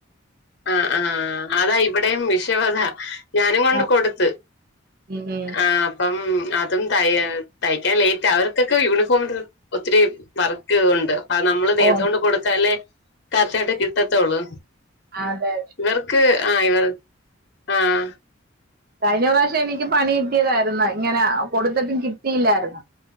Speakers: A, on the left; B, on the right.
A: ആഹ് ആഹ് അതാ ഇവിടെയും വിഷയം അതാ ഞാനും കൊണ്ട്
B: ആ
A: കൊടുത്ത്
B: ഉം ഉം.
A: ആഹ് അം അതും ത തയ്ക്കാൻ ലേറ്റ അവർക്കൊക്കെ യൂണിഫോം ഒത്തിരി വർക്ക് ഉണ്ട് ആ നമ്മള് നേരത്തെ
B: ഓ
A: കൊണ്ട് കൊടുത്താലേ കറക്റ്റ് ആയിട്ട് കിട്ടത്തുള്ളൂ
B: ആതെ
A: ഇവർക്ക് ആഹ് ഇവർ ആഹ്
B: കഴിഞ്ഞ പ്രാവശ്യം എനിക്ക് പണി കിട്ടിയതായിരുന്നു ഇങ്ങനെ കൊടുത്തിട്ടും കിട്ടിയില്ലാരുന്നു